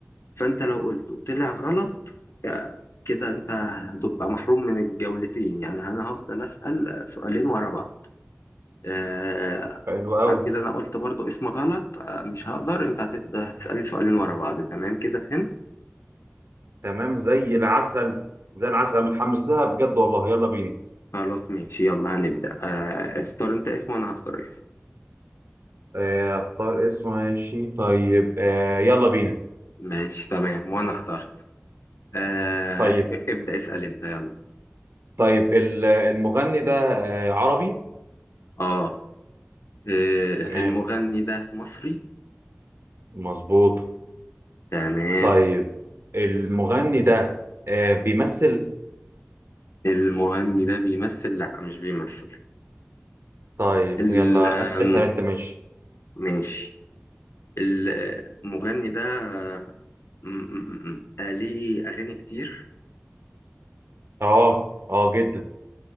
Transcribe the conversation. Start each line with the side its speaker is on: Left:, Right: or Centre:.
Left: فانت لو قلته طلع غلط آه، كده انت هتبقى محروم من الجولتين يعني انا هفضل اسال سؤالين ورا بعض آه
Right: حلو قوي
Left: بعد كده انا قلت برضو اسم غلط آه مش هقدر انت هتبدا تسالني سؤالين ورا بعض تمام كده فهمت
Right: تمام زي العسل زي العسل انا متحمس لها بجد والله يلا بينا
Left: خلاص ماشي يلا هنبدا آه اختار انت اسم وانا هختار اسم
Right: آه، اختار اسم ماشي طيب آه، يلا بينا
Left: ماشي تمام وانا اخترت آه
Right: طيب
Left: ابدا اسال انت يلا
Right: طيب ال- المغني ده آه، عربي
Left: اه آه،
Right: تمام
Left: المغني ده مصري
Right: مظبوط
Left: تمام
Right: طيب المغني ده آه، بيمثل
Left: المغني ده بيمثل لا مش بيمثل
Right: طيب
Left: ال
Right: يلا أس-
Left: آم،
Right: اسأل انت ماشي
Left: ماشي المغني ده آه، م- م- م- آه، ليه اغاني كتير
Right: اه اه جدا